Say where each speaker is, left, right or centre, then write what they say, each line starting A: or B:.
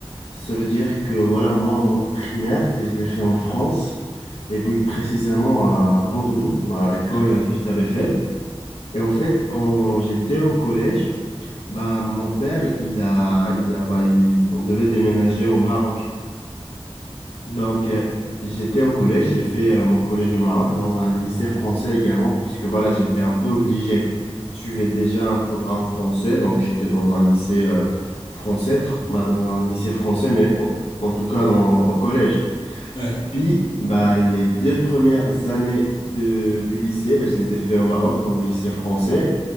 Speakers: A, on the left (about 80°); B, on the left (about 50°).
A: Ça veut dire que voilà, moi, mon primaire, et je l'ai fait en France, et plus précisément à Bordeaux, bah, école
B: À Bordeaux.
A: Gustave Eiffel.
B: D'accord.
A: Et en fait, quand j'étais au collège, bah, mon père, il a, il a, bah, il- on devait déménager au Maroc. Donc, euh, j'étais au collège, j'ai fait euh, mon collège au Maroc dans un lycée français également, puisque voilà, j'étais un peu obligé. Je suivais déjà un programme français, donc j'étais dans un lycée euh, français, tr- bah, dans un lycée français, mais en, en tout cas dans, au collège.
B: Ouais,
A: Puis, bah, les deux premières années de, du lycée, bah, je les ai fait au Maroc, dans le lycée français.